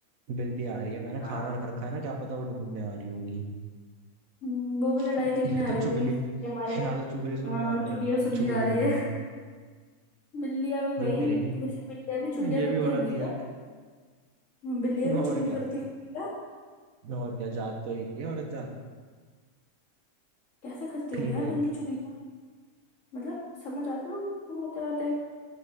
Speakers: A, on the right; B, on the left.
A: बिल्ली आ रही है मैंने
B: हाँ
A: खाना रख रखा है ना क्या पता वो ढूंढने आ रही होगी
B: हम्म, वो
A: <laughs>
B: भी लड़ाई देखने
A: ये
B: आ
A: तो
B: रही
A: चुगली
B: होगी कि हमारे
A: यहाँ तो चुगली सुनने
B: हाँ
A: आ रही
B: चुगलिया
A: होगी
B: सुन
A: चुगली
B: रही आ रही
A: हो रही
B: है
A: है
B: <laughs> बिल्लियां भी
A: ये
B: भाई
A: करेगी
B: वैसे बिल्लियां भी चुगलिया
A: ये भी
B: करती
A: औरत
B: होंगी
A: ही है
B: क्या हाँ, बिल्लियां भी
A: और
B: चुगली
A: क्या
B: करती होंगी क्या
A: और क्या जात तो एक ही है औरत जात
B: कैसे करती होंगी
A: फीमेल
B: यार बिल्ली चुगलिया मतलब समझ आती होंगी उनको बातें बातें